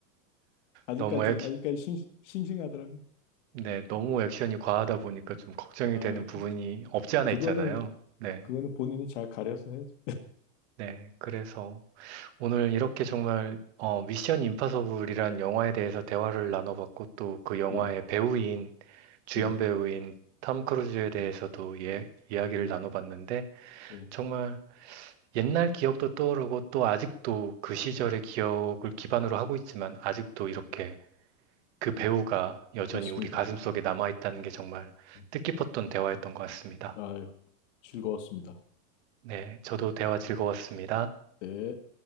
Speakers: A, on the left (about 50°); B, on the right (about 45°).
A: 아직까지
B: 너무 액,
A: 아직까지 싱, 싱하더라고요
B: 네. 너무 액션이 과하다 보니까 좀 걱정이
A: 아,
B: 되는 부분이
A: 그,
B: 없지 않아
A: 그거는
B: 있잖아요. 네.
A: 그거는 본인이 잘 가려서 해야죠.
B: 네. 그래서. 오늘 이렇게 정말 어, 미션 임파서블이란 영화에 대해서 대화를 나눠봤고 또 그 영화의
A: 예,
B: 배우인 주연
A: 네,
B: 배우인 탐 크루즈에 대해서도 예, 이야기를
A: 네,
B: 나눠봤는데
A: 네,
B: 정말 옛날 기억도 떠오르고 또 아직도 그 시절의 기억을 기반으로 하고 있지만 아직도 이렇게
A: 네.
B: 그 배우가 여전히
A: 맞습니다.
B: 우리 가슴속에 남아있다는 게 정말
A: 음,
B: 뜻깊었던 대화였던 것 같습니다.
A: 아유, 즐거웠습니다.
B: 네, 저도 대화 즐거웠습니다.
A: 네.